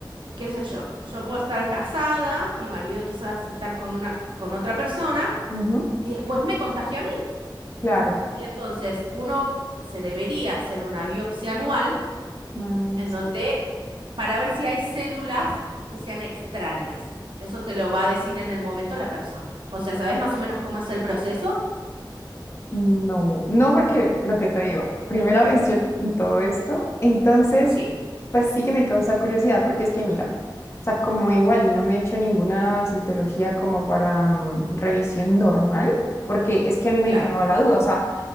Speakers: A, on the right; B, on the left.
A: qué sé yo, yo puedo estar casada, mi marido quizás estar con una, con otra persona
B: ujú,
A: y después me contagia a mí.
B: claro.
A: Y entonces uno se debería hacer una biopsia anual
B: Bueno,
A: en donde para ver si hay células que sean extrañas. Eso te lo va a decir en el momento la persona. O sea, ¿sabes más o menos cómo es el proceso?
B: No, no, porque lo que te digo, primera <laughs> vez yo en todo esto, entonces,
A: Sí,
B: pues sí que me causa curiosidad, porque es que, mira, o sea, como igual y no me he hecho ninguna citología como para mm, revisión normal, porque es que a mí me
A: claro,
B: quedaba la duda, o sea,